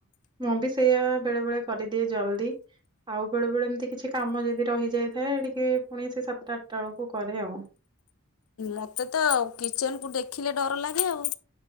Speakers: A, on the right; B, on the left.
A: ମୁଁ ବି ସେଇୟା ବେଳେ ବେଳେ କରିଦିଏ ଜଲ୍ଦି। ଆଉ ବେଳେ ବେଳେ ଏମିତି କିଛି କାମ ଯଦି ରହିଯାଇଥାଏ ଟିକେ ପୁଣି ସେ ସାତଟା ଆଠଟା ବେଳକୁ କରେ ଆଉ।
B: ମତେ ତ କିଚେନ୍ କୁ ଦେଖିଲେ ଡର ଲାଗେ ଆଉ।